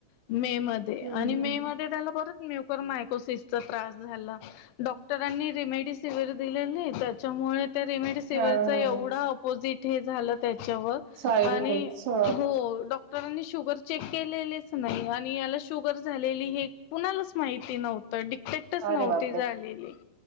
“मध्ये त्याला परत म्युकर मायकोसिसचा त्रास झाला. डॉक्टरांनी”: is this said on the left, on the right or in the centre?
Left